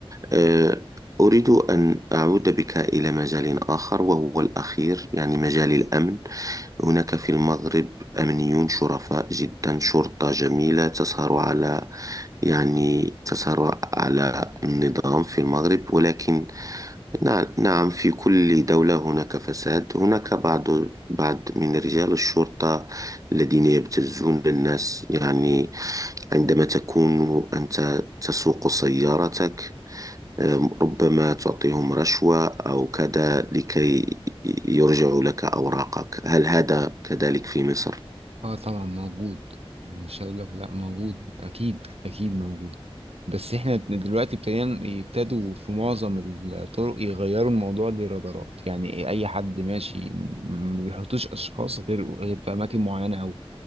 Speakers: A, on the right (about 35°); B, on the right (about 85°).
A: آه، أريد أن أعود بك إلى مجال آخر وهو الأخير يعني مجال الأمن هناك في المغرب أمنيون شرفاء جدا شرطة جميلة تسهر على يعني تسهر على النظام في المغرب ولكن نع- نعم في كل دولة هناك فساد هناك بعض بعض من رجال الشرطة الذين يبتزون الناس يعني عندما تكون أنت تسوق سيارتك ربما تعطيهم رشوة أو كذا لكي يرجعوا لك أوراقك هل هذا كذلك في مصر؟
B: اه طبعا موجود ان شاء الله لا موجود اكيد اكيد موجود بس احنا دلوقتي ابتدينا يبتدوا في معظم الطرق يغيروا الموضوع للرادارات يعني اي حد ماشي م- ما بيحطوش اشخاص غير غير في اماكن معينه قوي